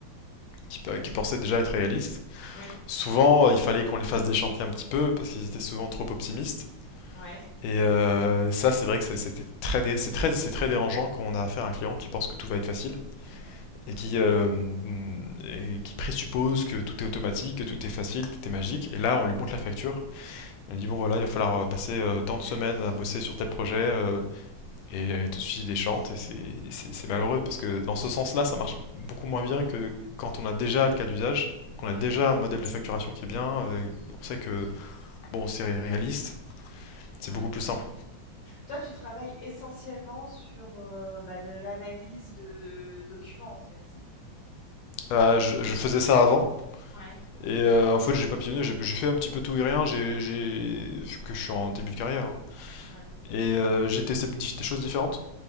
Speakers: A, on the left; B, on the left.
A: qui, qui pensaient déjà être réaliste,
B: Oui,
A: Souvent, euh, il fallait qu'on les fasse déchanter un petit peu parce qu'ils étaient souvent trop optimistes.
B: ouais.
A: Et euh, ça, c'est vrai que c'était très, dé- c'est très, c'est très dérangeant quand on a affaire à un client qui pense que tout va être facile
B: Mhm.
A: et qui, euh, et qui présuppose que tout est automatique, que tout est facile, tout est magique. Et là, on lui montre la facture. Et on lui dit bon voilà, il va falloir euh, passer euh, tant
B: <laughs>
A: de semaines à bosser
B: Ouais,
A: sur tel projet euh, et elle tout de suite il déchante. Et c'est-
B: ouais.
A: c'est malheureux parce que dans ce sens-là, ça marche beaucoup moins bien que quand on a déjà le cas d'usage, qu'on
B: Mm,
A: a déjà un modèle de facturation qui est bien. euh, on sait que Bon, c'est réaliste, c'est
B: ouais.
A: beaucoup plus simple.
B: Toi, tu travailles essentiellement sur euh, bah, de l'analyse de documents, en fait.
A: Euh, je, je faisais ça avant,
B: Ouais,
A: et euh, en fait, j'ai papillonné, j'ai j'ai fait un petit peu tout et rien, j'ai, que je suis en début de carrière. hein.
B: ouais.
A: Et euh, j'ai testé des choses différentes.